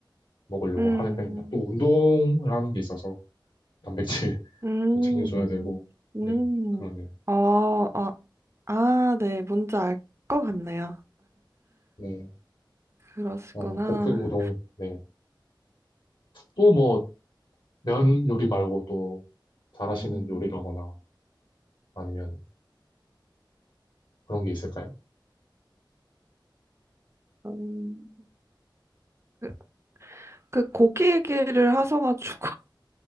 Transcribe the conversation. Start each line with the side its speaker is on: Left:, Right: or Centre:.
Left: 먹으려고
Right: 음,
Left: 하는 편입니다. 또 운동을 하는 게 있어서 단백질도
Right: 음,
Left: <laughs> 챙겨줘야 되고,
Right: 음.
Left: 네, 그렇네요.
Right: 어, 어, 아, 네, 뭔지 알 것 같네요.
Left: 네,
Right: 그러시구나.
Left: 아, 볶음 우동, 네. 또 뭐, 면 요리 말고 또 잘하시는
Right: 음.
Left: 요리라거나 아니면 그런 게 있을까요?
Right: 음, 그, 그 고기 얘기를 하셔가지고 <laughs>